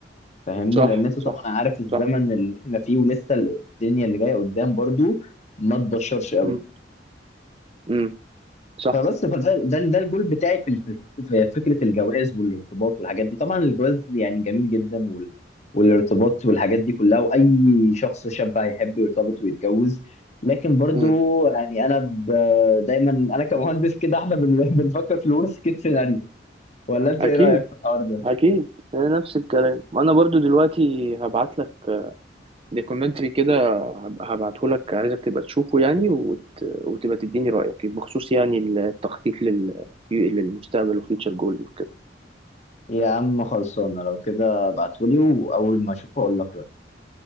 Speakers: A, on the left (about 40°); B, on the right (about 30°).
A: فاهمني
B: صح
A: لان انت طبعا
B: صح
A: عارف الزمن
B: صح
A: اللي احنا فيه ولسه الدنيا اللي جايه قدام برضو ما تبشرش قوي
B: امم امم صح
A: فبس فده ده ده الجول بتاعي في في في فكره الجواز والارتباط والحاجات دي طبعا الجواز يعني جميل جدا وال والارتباط والحاجات دي كلها واي شخص شاب هيحب يرتبط ويتجوز لكن برضو
B: امم
A: يعني انا ب... دايما انا كمهندس كده احنا بن... <laughs> بنفكر في الورست كيس سيناريو ولا انت
B: اكيد
A: ايه رايك في الحوار ده؟
B: اكيد نفس الكلام انا برضو دلوقتي هبعت لك دي كومنتري كده هب- هبعتهولك عايزك تبقى تشوفه يعني وت... وتبقى تديني رأيك بخصوص يعني التخطيط لل... في- للمستقبل وفيوتشر جول وكده
A: يا عم خلصانه لو كده ابعتولي واول ما اشوفه اقول لك رايي